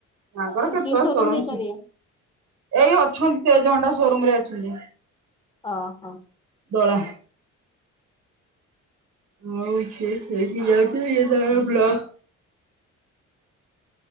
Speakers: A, on the right (about 70°); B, on the left (about 15°).
A: ତାଙ୍କର କେତେ
B: କି ସୋରୁମ
A: ସୋର
B: ଦେଇଛନ୍ତି
A: ଏଇ ଅଛନ୍ତି ଏଜଣ୍ଡା ସୋରୁମ୍ ରେ ଅଛନ୍ତି।
B: ଓହୋ।
A: ଦୋଳା ହଉ ସିଏ ସେଇଠି ଯାଉ <unintelligible> ଇଏ ତା ବ୍ଲକ